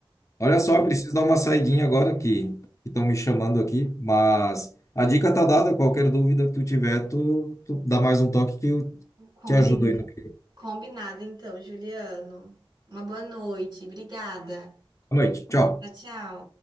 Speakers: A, on the left; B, on the right.
A: Olha só, eu preciso dar uma saidinha agora que estão me chamando aqui, mas a dica tá dada. Qualquer dúvida que tu tiver, tu, tu dá mais um toque que eu
B: Combi-
A: te ajudo aí no que.
B: Combinado, então, Juliano. Uma boa noite. Obrigada.
A: Boa noite. Tchau.
B: Tchau, tchau.